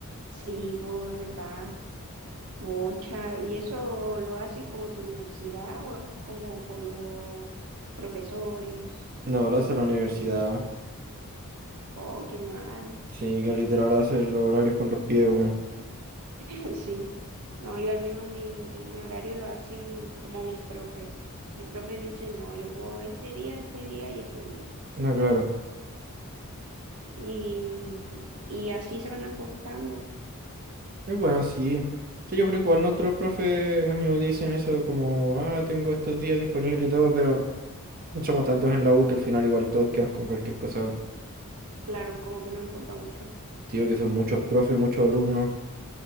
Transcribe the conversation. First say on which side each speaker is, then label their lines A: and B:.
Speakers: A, on the right; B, on the right.
A: sí, bo, es verdad, mucha. ¿Y eso lo hace como tu universidad o es como por los profesores?
B: No, lo hace la universidad.
A: Oh, qué mal.
B: Sí, que literal hace los horarios con los pies, weón.
A: <laughs> Sí, no, yo al menos mi, mi horario lo hacen como mis profes. Mis profes dicen, no, yo puedo este día, este día y este día.
B: No, claro.
A: Y, y así se van ajustando,
B: Es bueno, sí. Sí, yo creo que igual nuestros profes me dicen eso como, ah, tengo estos días disponibles y todo, pero somos tantos en la U que al final igual todos quedan con cualquier cosa, weón.
A: claro, como que no importa mucho.
B: Sí, porque son muchos profes, muchos alumnos.